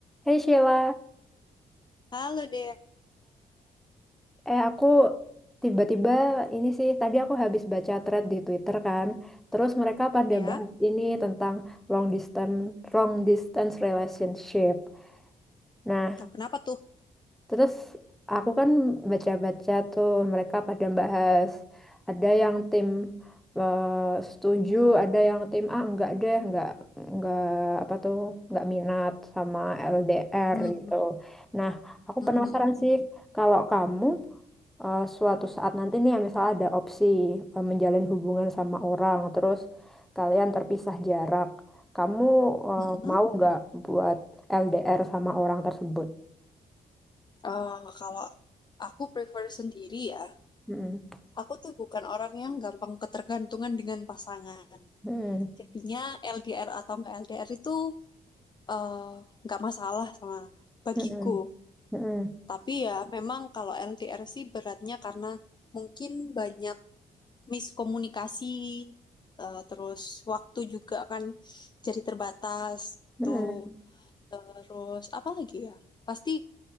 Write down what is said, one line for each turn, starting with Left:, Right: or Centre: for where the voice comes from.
Centre: Hey Sheila,
Left: Halo Dea.
Centre: eh aku tiba-tiba ini sih tadi aku habis baca thread di Twitter kan, terus mereka pada
Left: Ya,
Centre: bahas ini tentang long distance long distance relationship. Nah,
Left: oh, kenapa tuh?
Centre: terus aku kan baca-baca tuh mereka pada bahas ada yang tim eh, setuju, ada yang tim ah enggak deh, enggak enggak apa tuh, enggak minat sama LDR
Left: Hmm.
Centre: gitu. Nah, aku
Left: hmm,
Centre: penasaran
Left: hmm, hmm.
Centre: sih kalau kamu eh, suatu saat nanti nih ya, misalnya ada opsi eh, menjalin hubungan sama orang terus kalian terpisah jarak kamu eh,
Left: hmm, hmm.
Centre: mau nggak buat LDR sama orang tersebut
Left: Eh, kalau aku prefer sendiri ya,
Centre: Mm-mm.
Left: aku tuh bukan orang yang gampang ketergantungan dengan pasangan.
Centre: Mm-mm.
Left: Jadinya LDR atau enggak LDR itu eh, nggak masalah sama bagiku.
Centre: Mm-mm. Mm-mm.
Left: Tapi ya memang kalau LDR sih beratnya karena mungkin banyak miskomunikasi, eh, terus waktu juga kan jadi terbatas gitu.
Centre: Mm-mm.
Left: Terus apa lagi ya? Pasti